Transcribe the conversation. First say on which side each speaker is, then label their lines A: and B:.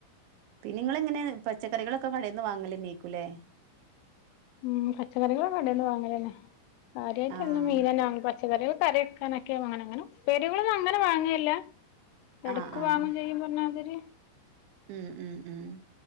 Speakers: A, on the right; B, on the left.
A: പിന്നെ നിങ്ങ ഇങ്ങനെ പച്ചക്കറികളൊക്കെ കടൽന്ന്. വാങ്ങലെന്നേക്കൂലേ?
B: ഉം പച്ചക്കറികളും കണ്ടന്ന് വാങ്ങല് തന്നെ കാര്യായിട്ട്
A: ആഹ്
B: ഒും മീന നെ പ കറി വെക്കാൻ ഒക്കെ വഞല് ഉപേരികൾ ഒന്നും അങ്ങനെ അങ്ങനെ വാങ്ങിലില്ല ഇടക്ക്
A: ആഹ് ആഹ്
B: <unintelligible> മണാതി
A: ഉം ഉം ഉം